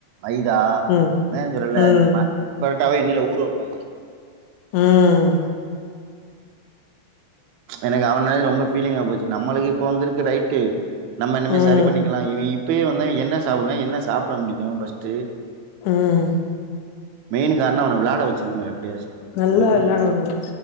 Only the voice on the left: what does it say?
ம்
ம்
உஹ்ம்
ம்
உஹ்ம்
நல்லா
வெளாடுவானுங்க